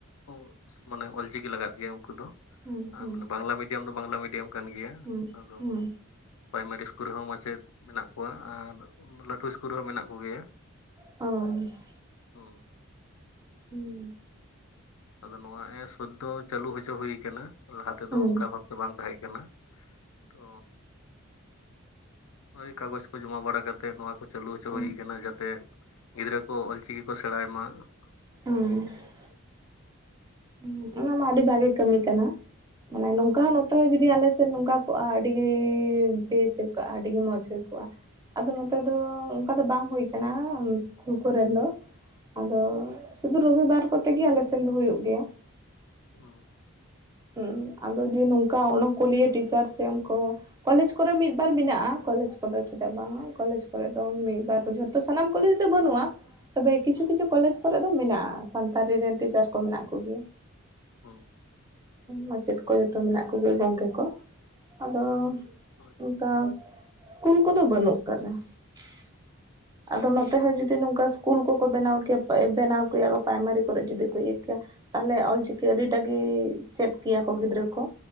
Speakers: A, on the left; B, on the right.
A: ᱾ <inaudible> ᱢᱟᱱᱮ, ᱚᱞᱪᱤᱠᱤ ᱞᱟᱜᱟᱫ ᱜᱮ, ᱩᱱᱠᱩ ᱫᱚ ᱾
B: ᱦᱩᱸ
A: ᱟᱨ
B: ᱦᱩᱸ
A: ᱵᱟᱝᱞᱟ ᱢᱤᱰᱤᱭᱟᱢ ᱫᱚ, ᱵᱟᱝᱞᱟ ᱢᱤᱰᱤᱭᱟᱢ ᱠᱟᱱ ᱜᱮᱭᱟ
B: ᱦᱩᱸ
A: ᱾ ᱟᱫᱚ
B: ᱦᱩᱸ
A: ᱯᱨᱟᱭᱢᱟᱨᱤ ᱤᱥᱠᱩᱞ ᱨᱮᱦᱚᱸ, ᱢᱟᱪᱮᱫ ᱢᱮᱱᱟᱜ ᱠᱚᱣᱟ ᱾ ᱟᱨ, ᱞᱟᱹᱴᱩ ᱤᱥᱠᱩᱞ ᱨᱮᱦᱚᱸ, ᱢᱮᱱᱟᱜ ᱠᱚ ᱜᱮᱭᱟ ᱾
B: ᱦᱳᱭ <inaudible>
A: ᱦᱩᱸ ᱾
B: ᱦᱩᱸ ᱻ ᱾
A: ᱟᱫᱚ ᱱᱚᱣᱟ ᱮᱥ, ᱥᱳᱫᱫᱚ ᱪᱟᱹᱞᱩ ᱦᱚᱪᱚ ᱦᱩᱭ ᱟᱠᱟᱱᱟ ᱾ ᱞᱟᱦᱟ ᱛᱮᱫᱚ,
B: ᱦᱩᱸ
A: ᱚᱱᱠᱟ ᱵᱷᱟᱵᱛᱮ, ᱵᱟᱝ ᱛᱟᱦᱮᱸ ᱠᱟᱱᱟ ᱾ ᱛᱚ, ᱳᱭ ᱠᱟᱜᱚᱡᱽ ᱠᱚ, ᱡᱚᱢᱟ ᱵᱟᱲᱟ ᱠᱟᱛ ᱛᱮ, ᱱᱚᱣᱟ ᱠᱚ ᱪᱟᱹᱞᱩ ᱦᱚᱪᱚ
B: ᱦᱩᱸ
A: ᱦᱩᱭ ᱟᱠᱟᱱᱟ ᱾ ᱡᱟᱛᱮ ᱜᱤᱫᱽᱨᱟᱹ ᱠᱚ, ᱚᱞ ᱪᱤᱠᱤ ᱠᱚ ᱥᱮᱬᱟᱭ ᱢᱟ ᱾
B: ᱦᱩᱸᱻ ᱾ ᱦᱩᱸ, ᱚᱱᱟ ᱢᱟ, ᱟᱹᱰᱤ ᱵᱷᱟᱜᱮ ᱠᱟᱹᱢᱤ ᱠᱟᱱᱟ ᱾ ᱢᱟᱱᱮ
A: ᱦᱩᱸ
B: ᱱᱚᱝᱠᱟ ᱦᱚᱸ, ᱢᱤᱛ ᱛᱚ, ᱡᱩᱫᱤ ᱟᱞᱮ ᱥᱮᱱ, ᱱᱚᱝᱠᱟ ᱠᱚᱜᱼᱟ ᱾ ᱟᱰᱤ ᱜᱮ, ᱵᱮᱥ ᱦᱩᱭᱠᱚᱜᱼᱟ ᱾ ᱟᱰᱤ ᱜᱮ, ᱢᱚᱸᱡᱽ ᱦᱩᱭ ᱠᱚᱜᱼᱟ ᱾ ᱟᱫᱚ ᱱᱚᱛᱮ
A: ᱦᱩᱸ
B: ᱫᱚ, ᱚᱝᱠᱟ ᱫᱚ ᱵᱟᱝ ᱦᱳᱭ ᱟᱠᱟᱱᱟ ᱾ ᱤᱥᱠᱩᱞ ᱠᱚᱨᱮ ᱫᱚ, ᱟᱫᱚ
A: ᱦᱩᱸ
B: ᱥᱩᱫᱩ, ᱨᱚᱵᱤᱵᱟᱨ ᱠᱚᱛᱮ ᱜᱮ, ᱟᱞᱮ ᱥᱮᱱ ᱫᱚ, ᱦᱩᱭᱩᱜ ᱜᱮᱭᱟ ᱾
A: <inaudible>
B: ᱦᱩᱸ, ᱟᱞᱮ ᱵᱤ ᱱᱚᱝᱠᱟ, ᱚᱱᱚ ᱠᱚᱞᱤᱭᱟᱹ ᱴᱤᱪᱟᱨ ᱥᱮ, ᱩᱱᱠᱩ ᱠᱚᱞᱮᱡᱽ ᱠᱚᱨᱮ, ᱢᱤᱫᱵᱟᱨ ᱢᱮᱱᱟᱜᱼᱟ ᱾ ᱠᱚᱞᱮᱡᱽ ᱠᱚᱫᱚ ᱪᱮᱫᱟᱜ ᱵᱟᱝᱼᱟ? ᱠᱚᱞᱮᱡᱽ ᱠᱚᱨᱮ ᱫᱚ ᱢᱤᱫᱵᱟᱨ ᱨᱤᱡᱷᱟ. ᱯ ᱛᱚ, ᱥᱟᱱᱟᱢ ᱠᱚᱞᱮᱡ ᱫᱚ ᱵᱟᱹᱱᱩᱜᱼᱟ ᱾ ᱛᱚᱵᱮ, ᱠᱤᱪᱷᱩ
A: ᱦᱩᱸ
B: ᱠᱤᱪᱷᱩ, ᱠᱚᱞᱮᱡᱽ ᱠᱚᱨᱮ ᱫᱚ, ᱢᱮᱱᱟᱜᱼᱟ ᱾ ᱥᱟᱱᱛᱟᱲᱤ ᱨᱮᱱ ᱴᱤᱪᱟᱨ ᱠᱚ, ᱢᱮᱱᱟᱜ ᱠᱚ ᱜᱮᱭᱟ‌᱾
A: ᱦᱮᱸ ᱾
B: ᱢᱟᱪᱮᱫ ᱠᱚ ᱡᱚᱛᱚ ᱢᱮᱱᱟᱜ ᱠᱚ, ᱜᱮ ᱜᱚᱝᱠᱮ ᱠᱚ ᱾ ᱟᱫᱚ,
A: ᱦᱳᱭ
B: ᱚᱱᱠᱟ, ᱤᱥᱠᱩᱞ ᱠᱚᱫᱚ, ᱵᱟᱹᱱᱩᱜ ᱟᱠᱟᱫᱟ ᱾ ᱟᱫᱚ, ᱱᱚᱛᱮ ᱦᱚᱸ,
A: ᱦᱳᱭ
B: ᱡᱩᱫᱤ ᱱᱚᱝᱠᱟ ᱤᱥᱠᱩᱞ ᱠᱚᱠᱚ, ᱵᱮᱱᱟᱣ ᱠᱮ, ᱵᱮᱱᱟᱣ ᱠᱮᱭᱟ ᱠᱚ, ᱯᱨᱟᱭᱢᱟᱨᱤ ᱠᱚ ᱨᱮ, ᱡᱩᱫᱤ ᱠᱚ ᱤᱭᱟᱹ ᱠᱮᱭᱟ ᱾ ᱛᱟᱦᱞᱮ, ᱚᱞᱪᱤᱠᱤ ᱟᱹᱰᱤᱴᱟᱜ ᱜᱮ, ᱪᱮᱫ ᱠᱮᱭᱟ ᱠᱚ, ᱜᱤᱫᱽᱨᱟᱹ ᱠᱚ